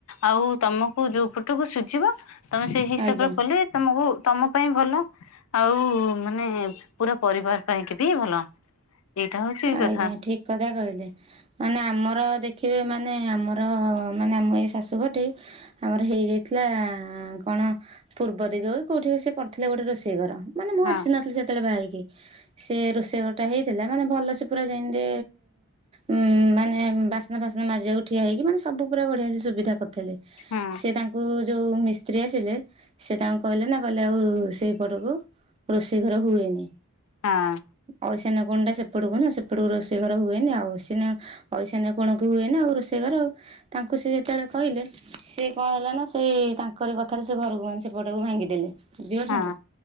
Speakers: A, on the left; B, on the right.
A: ଆଉ ତମକୁ ଯୋଉ ପଟକୁ ସୁଝିବ। ତମେ ସେଇ ହିସାବରେ
B: ଆଜ୍ଞା।
A: କଲେ ତମକୁ ତମ ପାଇଁ ଭଲ ଆଉ ମାନେ ପୁରା ପରିବାର ପାଇଁ କି ବି ଭଲ। ଏଇଟା ହଉଛି
B: ଆଜ୍ଞା
A: କଥା
B: ଠିକ କଥା କହିଲେ। ମାନେ ଆମର ଦେଖିବେ ମାନେ ଆମର ମାନେ ଆମ ଏଇ ଶାଶୁଘଟି ଆମର ହେଇଯାଇଥିଲା କଣ ପୂର୍ବ ଦିଗ କୋଉଠି ର ସେ କରିଥିଲେ ଗୋଟେ ରୋଷେଇ ଘର। ମାନେ ମୁଁ
A: ହଁ
B: ଆସି ନଥିଲି ସେତେବେଳେ ବାହେଇକି। ସେ ରୋଷେଇ ଘର ଟା ହେଇଥିଲା। ମାନେ ଭଲ ସେ ପୁରା ଯେମିତି ଉଁ ମାନେ ବାସ୍ନା ଫସ୍ନା ମାରିବାକୁ ଠିଆ ହେଇକ ମାନେ ସବୁ ପୁରା ବଢିଆ ସେ ସୁବିଧା କରିଥିଲେ।
A: ହଁ
B: ସେ ତାଙ୍କ କ ଯୋଉ ମିସ୍ତ୍ରୀ ଆସିଲେ ସେ ତାଙ୍କୁ କହିଲେ ନା କହିଲେ ଆଉ ସେଇ ପଟକୁ ରୋଷେଇ ଘର ହୁଏନି।
A: ହଁ
B: ଏ ଐସନ୍ୟ କୋଣଟା ସେ ସେପଟ କ ନା ସେପଟକୁ ରୋଷେଇ ଘର ହୁଏନି ଆଉ ଐଶନ୍ୟ କଣକୁ ହୁଏନି ଆଉ ରୋଷେଇ ଘର ଆଉ। ତାଙ୍କୁ ସେ ଯେତେବେଳେ କହିଲେ ସିଏ କଣ ହେଲା ନା ସେଇ ତାଙ୍କରି କଥା ପାଖରେ ସେ ଘରକୁ ସେପଟକୁ ଭାଙ୍ଗିଦେଲେ। ବୁଝିପାରୁଚନ୍ତି।
A: ହଁ